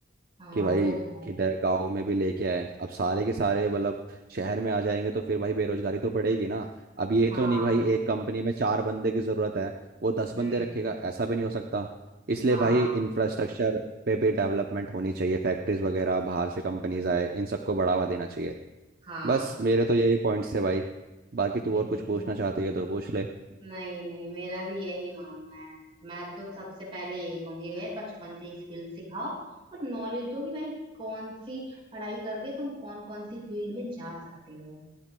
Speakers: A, on the right; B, on the right.
A: हाँ
B: कि भाई
A: वो तो है
B: किधर गांव में भी लेके आए अब सारे के सारे मतलब शहर में आ जाएंगे तो फिर भाई बेरोजगारी तो पड़ेगी ना अब ये
A: हाँ
B: तो नहीं भाई एक कंपनी में चार बंदे की जरूरत है वो दस
A: हम्म
B: बंदे रखेगा ऐसा भी नहीं हो सकता इसलिए
A: हाँ
B: भाई इंफ्रास्ट्रक्चर पे भी डेवलपमेंट होनी चाहिए फैक्ट्रीज वगैरह बाहर से कंपनीज आए इन सबको बढ़ावा देना चाहिए
A: हाँ
B: बस मेरे तो यही पॉइंट्स थे भाई बाकी तू
A: मेरा
B: और कुछ पूछना चाहते है तो पूछ ले
A: नहीं नहीं मेरा भी यही मानना है मैं तो सबसे पहले यही कहूंगी भाई बचपन से ही स्किल सिखाओ और नॉलेज दो कि भाई कौन सी पढ़ाई करके तुम कौन कौन सी फील्ड में जा सकते हो